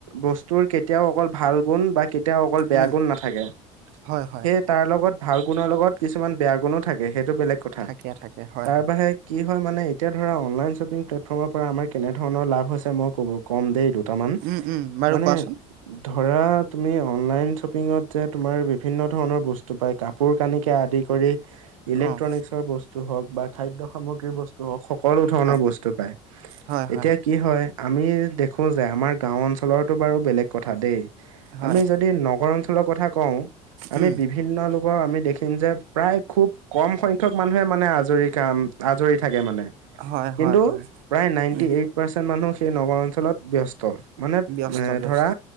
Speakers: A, on the right; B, on the right.
A: বস্তুৰ কেতিয়াও অকল ভাল গুণ বা এতিয়াও অকল বেয়া
B: উম,
A: গুণ নাথাকে
B: হয়, হয়,
A: সেয়ে তাৰ লগত ভাল গুণৰ লগত কিছুমান বেয়া গুণো থাকে সেইটো বেলেগ কথা
B: থাকে, থাকে, হয়,
A: তাৰ
B: হয়,
A: বাহি কি হয় মানে এতিয়া ধৰা অনলাইন শ্বপিং প্লেটফৰ্ম পৰাম কেনেধণৰ লা হৈছে মই ক'ব কম দেেই দো কটামান
B: উম, উম, বাৰু
A: মানে
B: কোৱাচোন
A: ধৰা তুমি অনলাইন শ্বপিঙত যে তোমাৰ বিভিন্ন ধৰণৰ বস্তু পায় কাপোৰ কানিকৈ আদি কৰি ইলেক্ট্ৰনিকছৰ
B: অ',
A: বস্তু হওঁক বা খাদ্য সামগ্ৰ্ৰ বস্তু হওক সকলো ধৰণৰ
B: অ'।
A: বস্তু পায়
B: হয়, হয়,
A: এতিয়া কি হয় আমি দেখো যে আমাৰ গাঁও অঞ্চলতো বাৰু বেলেগ কথা দেই
B: হয়,
A: আমি যদি নগৰ অঞ্চলৰ কথা কওঁ আমি
B: উম,
A: বিভিন্ন আমি দেখিম যে প্ৰায় খুব কম সংখ্যক মানুহে মানে আজৰি খাম আজৰি থাকে মানে
B: হয়,
A: কিন্তু
B: হয়, হয়,
A: প্ৰায় নাইনটি
B: উম,
A: এইট পাৰ্চেন্ট মানুহ সেই নগৰ অঞ্চলত ব্যস্ত মানে এ
B: ব্যস্ত, ব্যস্ত,
A: ধৰা